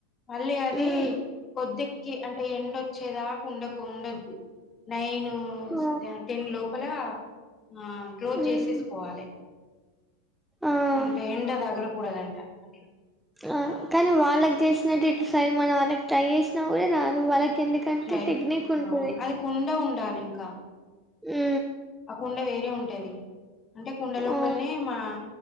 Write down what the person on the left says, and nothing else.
మళ్ళీ అదీ
కొద్దిగ్ కీ అంటే ఎండొచ్చేదాక ఉండకు ఉండొద్దు నైనూ
టెన్ లోప్ పలా ఆ క్లోజ్
చేసేసుకోవాలే.
అంటే ఎండ దగలకూడదంట అట్ల.
ట్రై
అవును అది కుండ ఉండాలి ఇంకా
<unintelligible> వేరే ఉంటది అంటే కుండ లోపలనే
మా